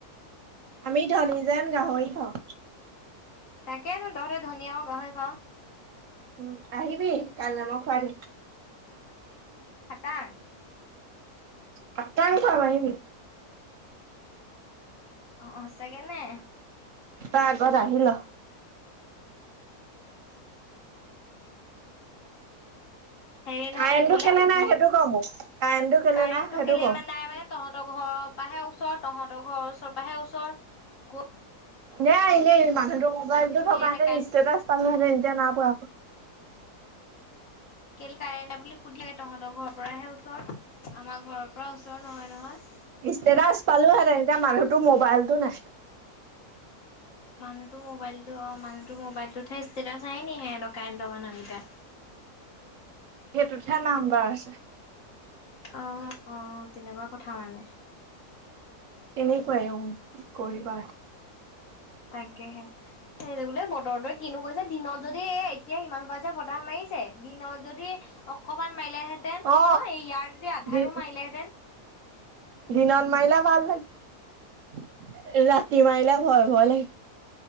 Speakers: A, on the right; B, on the left.
A: আমি ধনী যোন গাহৰি খাওঁ।
B: তাকে তহৰে ধনিয় গাহৰি খাওঁ।
A: উম, আহিবি কাল ম ফাৰ
B: খাটাং।
A: কটাানছ নাইিবি।
B: অ, ' চাগে নে?
A: ত আগৰ আহিল।
B: হেৰি নহয়
A: কাৰেণ্টটো
B: দে বোলে
A: কেলে
B: উ
A: নাই সেইটো ক মোক কাৰেণ্টটো কেলে
B: কাৰেণ্টটো
A: নাই সেইটো
B: কেলে
A: ক
B: ইমান নাই মানে তহঁতৰ ঘৰ পৰাাহে ওচৰ তহঁতৰ ঘৰ ওচ ওৰাহে ওচৰ গ
A: নে আহিলে মানুহতৰ মোবাইলতো
B: কেলে
A: থকাাহেতেনষ্টেটাছ
B: নাই কাৰেণ্টটো
A: পালোহেতেন। এতিয়া ন প আকৌ
B: কেেল কাৰে ন বুলি সুধিয়ে তহঁতৰ ঘৰ পৰাহে ওচৰত। আমাৰ ঘৰৰ পৰা ওচৰৰ নহয় নহয়।
A: ই্তৰা পালো হেতেন এতিয়া মানুহটোো মোবাইলতটো নাই।
B: মানুহটোো মোবাইলতো অ মানুহ তৰ মোবাইলটোতহে ষ্টেটাচ আহ নি সে দকনত মানুহকেইটা <inaudible>
A: সেইটোতহে নাম্বাৰ আছে।
B: অ, ' অ, 'তেনেকুৱা কথা মানে
A: এনেকুৱাই কৰিবা।
B: তাকেহে সেইটো বোলে বতৰটোৱে কিনো কৈছে দিনত যদি এ এতিয়া সিমান পাইছে ফতাহ মাৰিছে দিন যদি অকমান মাৰিলেহেঁতেন
A: অ
B: ন এই ইয়াৰ যদি আধাৰো
A: দি
B: মাৰিলেহেতেন।
A: দিনত মাৰিলা ভাল লাগে। ৰাতি মাৰিলে
B: উম
A: ভয়
B: তাকে
A: ভ